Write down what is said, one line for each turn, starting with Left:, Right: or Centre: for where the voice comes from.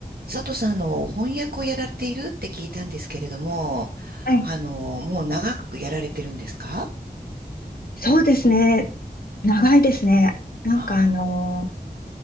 Right: 佐藤さん、あの、翻訳をやられているって聞いたんですけれども、
Left: はい。
Right: あの、もう長くやられてるんですか
Left: そうですね。長いですね。なんかあの、
Right: ああ、